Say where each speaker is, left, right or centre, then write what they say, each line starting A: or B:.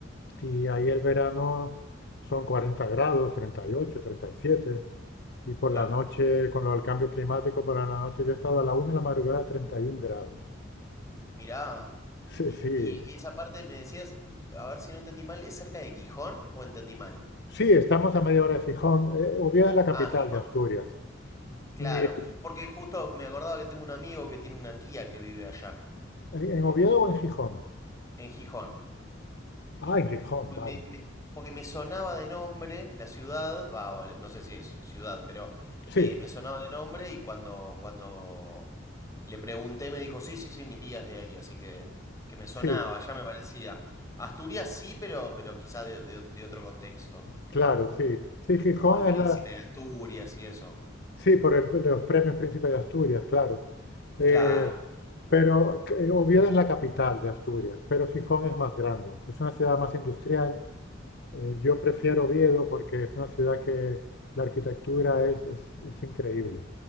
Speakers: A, on the left; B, on the left.
A: Y ahí el verano son 40 grados, treinta y ocho treinta Y siete y por
B: claro.
A: la noche, con lo del cambio climático, por la noche yo he estado a la una de la madrugada a 31 grados.
B: Mirá.
A: Sí,
B: Y,
A: sí.
B: y esa parte me decías, mm, a ver si no entendí mal, ¿es cerca de Gijón o entendí mal?
A: Sí, estamos a media hora de Gijón. Eh, Oviedo es la capital
B: Ah, Gijón.
A: de Asturias.
B: Claro,
A: ¿Y eh,
B: porque justo me acordaba que tengo un amigo que tiene una tía que vive allá,
A: en Oviedo o en Gijón?
B: en Gijón.
A: Ah, en Gijón,
B: Pues
A: vale.
B: me- me- porque me sonaba de nombre la ciudad, va, o el- no sé si es ciudad, pero
A: Sí,
B: eh, me sonaba de nombre y cuando, cuando le pregunté me dijo, sí, sí, sí, mi tía es de ahí, así que, que me sonaba,
A: sí,
B: ya me parecía. Asturias sí, pero, pero quizá de, de- de otro contexto,
A: claro, sí. Sí, Gijón
B: como del príncipe
A: es la,
B: de Asturias y eso.
A: Sí, por el- los premios Príncipe de Asturias, claro. Eh,
B: Claro.
A: pero que- Oviedo es la capital de Asturias, pero Gijón es más grande. Es una ciudad más industrial. Eh, yo prefiero Oviedo porque es una ciudad que la arquitectura es, es- es increíble.